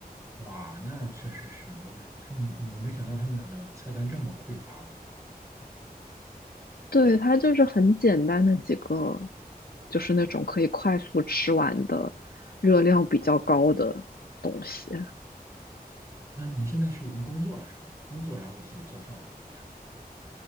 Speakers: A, on the right; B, on the left.
A: 哇，那确实是 OK。他们，我没想到他们的菜单这么匮乏了。
B: 对，它就是很简单的几个，就是那种可以快速吃完的，热量比较高的东西。
A: 那你现在是已经工作了是吗？工作然后自己做饭了这样